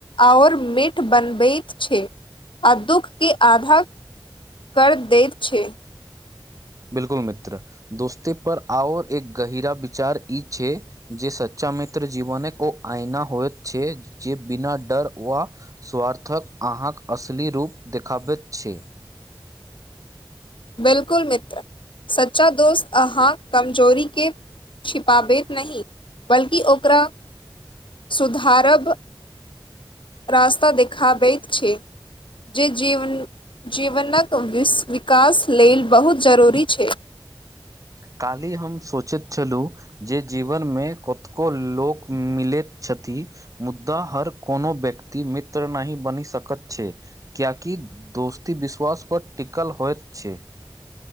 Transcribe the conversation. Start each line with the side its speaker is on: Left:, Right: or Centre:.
Left: आओर मीठ बनबैत छै आ दुःख के आधा -कर दैत छै।
Right: बिलकुल मित्र दोस्ती पर आओर एक गहिरा विचार ई छै जे सच्चा मित्र जीवनक ओ आइना होइत छै जे बिना डर वा स्वार्थक अहाँक असली रूप देखाबैत छै। <unintelligible>
Left: बिलकुल मित्र सच्चा दोस्त अहाँक कमजोरी के छिपाबैत नहिह बल्कि ओकरा- सुधारभ- रास्ता देखाबैत छै जे जीवन जीवनक। <unintelligible> कास लेल बहुत जरूरी छै।
Right: काल्हि हम सोचैत छलहुँ जे जीवनमे कतको लोक मिलैत छथि मुद्दा हर कोनो व्यक्ति मित्र नाहि बनि सकैत छै कियाकि दोस्ती विश्वास पर टिकल होइत छै।